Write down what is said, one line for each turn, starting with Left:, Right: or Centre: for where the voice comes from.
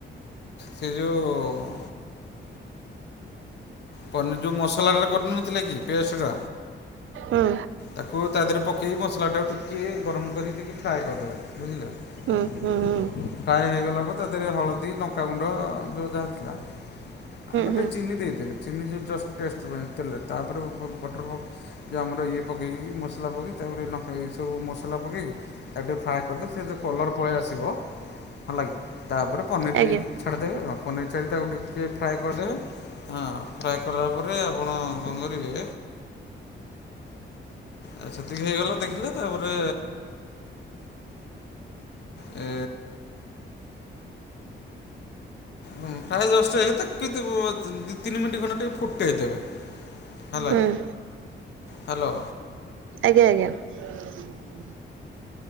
Left: ସେ ଯୋଉ ପନିର ଯଉ ମସଲାଟାର କରିନଥିଲେ। କି ପେଷ୍ଟ ଡା
Right: ହୁଁ
Left: ତାକୁ ତା ଦେରେ ପକେଇ ମସଲାଟାକୁ ଟିକେ ଟିକିଏ ଗରମ କରି ଦେଇକି ଫ୍ରାଏ କରିଦେବେ ବୁଝିଲେ
Right: ହୁଁ ହୁଁ
Left: ଫ୍ରାଏ ହୋଇଗଲା ପରେ ତା ଦେରେ ହଳଦୀ ଲଙ୍କାଗୁଣ୍ଡ ଯଉ ଯାହା ଥିଲା। ଆଉ ଗୋଟେ
Right: ହୁଁ
Left: ଚିନି ଦେଇଦେ ଚିନି ଯେ ଜଷ୍ଟ ଟେଷ୍ଟ ପାଇଁ ଦେଲେ ତାପରେ ବ ବଟର ପକ୍ ଯେ ଆମର ଇଏ ପକେଇକି ମସଲା ପକେଇ ତାପରେ ଲଙ୍କା ଏଇ ସବୁ ମସଲା ପକେଇକି ତାକୁ ଟିକେ ଫ୍ରାଏ କରଦେ ସେ ତ କଲର୍ ପଳେଇ ଆସିବ ହେଲାଗି ତାପରେ ପନିରି
Right: ଆଜ୍ଞା
Left: ଛାଡ଼ିଦେବେ ଆଉ ପନିର ଚାରିଟାକୁ ଟିକିଏ ଫ୍ରାଏ କରିଦେବେ ହଁ ଫ୍ରାଏ କଲା ପରେ ଆପଣ କଣ କରିବେ ଆ ସେତିକି ହେଇଗଲା ଦେଖିଲେ ତାପରେ ଏ ହଁ ପ୍ରାୟ ଦଶଟା ହେଇ <unintelligible> ଦି ତିି ମିନିଟ ଖଣ୍ଡେ ଟିକେ ଫୁଟେଇ ଦେବେ। ହେଲା
Right: ହୁଁ
Left: ହାଲୋ।
Right: ଆଜ୍ଞା ଆଜ୍ଞା। ହ <inaudible>